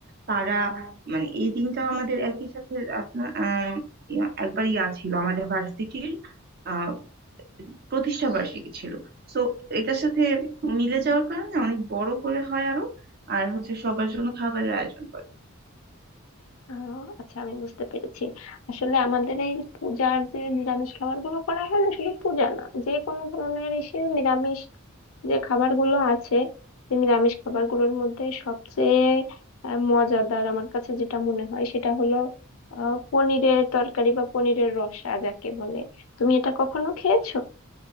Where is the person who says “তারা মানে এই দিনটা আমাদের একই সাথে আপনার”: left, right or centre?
Right